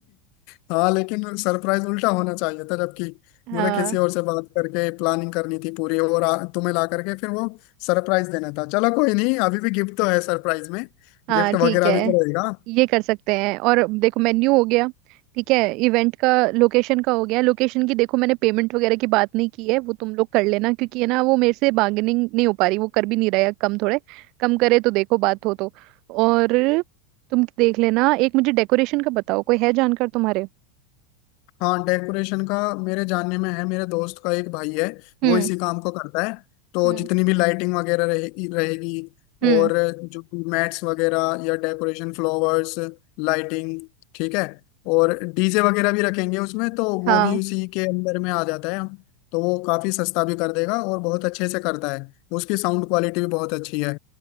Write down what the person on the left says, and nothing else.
<laughs> हाँ लेकिन सरप्राइज उल्टा होना चाहिए था जबकि
मुझे किसी और से बात करके प्लानिंग करनी थी पूरी और आ, तुम्हें ला करके फिर वो सरप्राइज देना था चलो कोई नहीं अभी भी गिफ्ट तो है सरप्राइज में
गिफ्ट
वगैरह
भी तो रहेगा
हाँ डेकोरेशन का मेरे जानने में है मेरे दोस्त का एक भाई है
वो इसी काम को करता है तो
जितनी भी लाइटिंग वगैरह रहेगी रहेगी
और जो मैट्स वगैरह या डेकोरेशन फ्लावर्स लाइटिंग ठीक है और डीजे वगैरह भी रखेंगे उसमें तो वो
भी उसी के अंदर में आ जाता है तो वो काफ़ी सस्ता भी कर देगा और बहुत अच्छे से करता है उसकी साउंड क्वालिटी भी बहुत अच्छी है